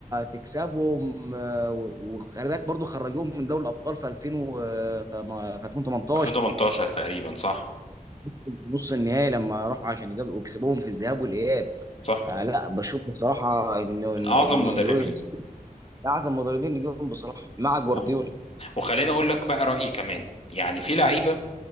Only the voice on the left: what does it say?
2018 تقريبا صح
صح
من
أعظم
مدربين
اه وخليني أقول لك بقى رأيي كمان يعني في لعيبة